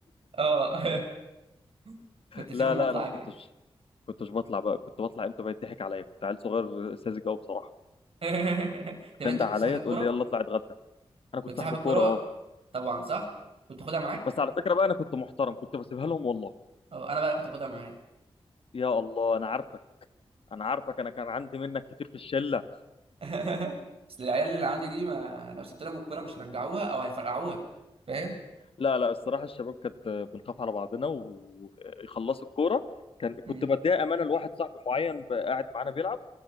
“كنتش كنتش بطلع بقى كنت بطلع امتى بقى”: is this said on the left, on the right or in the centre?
Left